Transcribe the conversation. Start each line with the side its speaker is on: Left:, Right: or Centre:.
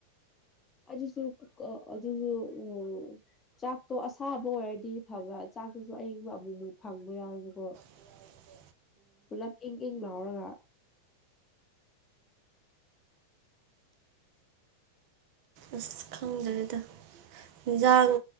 Left: ꯑꯖꯤꯁꯨ ꯑꯗꯨꯖꯤꯁꯨ ꯆꯥꯛꯇꯣ ꯑꯁꯥꯕ ꯑꯣꯏꯔꯗꯤ ꯐꯕ ꯆꯥꯛꯇꯁꯨ ꯑꯏꯤꯡꯕ ꯑꯃꯨꯛꯃꯨꯛ ꯐꯪꯕ ꯌꯥꯎꯋꯦꯕꯀꯣ
Right: ꯎ
Left: ꯄꯨꯂ ꯌꯦꯡꯦ ꯍꯂꯒ
Right: ꯑꯁ ꯈꯝꯗꯔꯦꯗ ꯌꯦꯟꯁꯥꯡ